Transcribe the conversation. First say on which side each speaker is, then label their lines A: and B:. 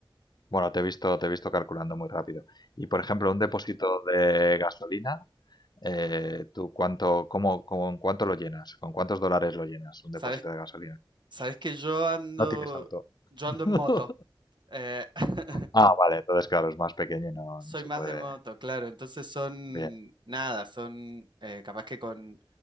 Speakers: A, on the left; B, on the right.
A: Bueno, te he visto, te he visto calculando muy rápido. Y por ejemplo, un depósito de gasolina, eh, ¿tú cuánto, cómo, con cuánto lo llenas? ¿Con cuántos dólares lo llenas un
B: ¿Sabes?
A: depósito de gasolina?
B: ¿Sabes que yo ando,
A: No tienes auto.
B: yo
A: <laughs>
B: ando en moto? Eh, <laughs>
A: Ah, vale, entonces claro, es más pequeño y no,
B: soy
A: no se
B: más
A: puede.
B: de moto, claro. Entonces son
A: Bien,
B: nada, son eh, capaz que con